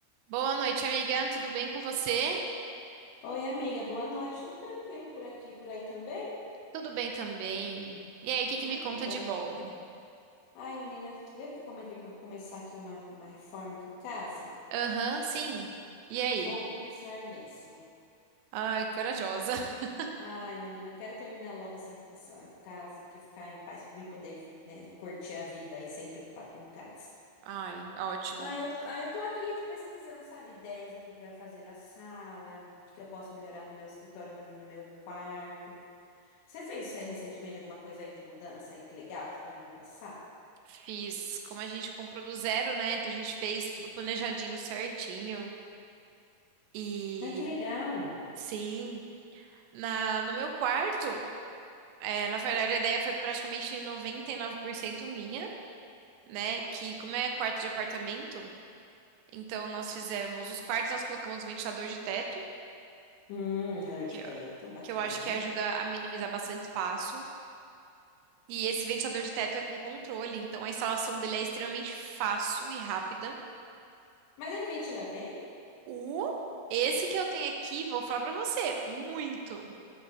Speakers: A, on the right; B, on the left.
A: Boa noite, amiga. Tudo bem com você?
B: Oi, amiga, boa noite. Tudo tranquilo por aqui, por aí também?
A: Tudo bem também. E aí, o que que
B: Ai,
A: me conta
B: que bom.
A: de bom?
B: Ai, menina, lembra que eu comentei que eu vou começar aqui uma, uma reforma aqui em casa?
A: Aham, sim. E aí?
B: Vou começar mesmo.
A: Ai, corajosa. <laughs>
B: Ai, menina, eu quero terminar logo essa, essa casa aqui, ficar em paz, pra mim poder, né, curtir a vida e sem preocupar com casa.
A: Ai, ótimo.
B: Ai, eu, ai, eu tô aqui pesquisando, sabe, ideias aqui pra fazer na sala, o que que eu posso melhorar no meu escritório, no, no meu quarto. Você fez isso aí recentemente, alguma coisa aí de mudança aí que legal que você pode me passar?
A: Fiz, como a gente comprou do zero, né? Então a gente fez tudo planejadinho, certinho. E
B: Ai, que legal.
A: sim, na no meu quarto, é, na verdade a ideia foi praticamente 99% minha, né? Que como é quarto de apartamento, então nós fizemos os quartos, nós colocamos ventilador de teto.
B: Hum, gelador
A: que
B: de
A: é
B: teto, bacana.
A: que eu acho que ajuda a minimizar bastante espaço. E esse ventilador de teto é com controle, então a instalação dele é extremamente fácil e rápida.
B: Mas ele ventila bem?
A: O esse que eu tenho aqui, vou falar pra você, muito,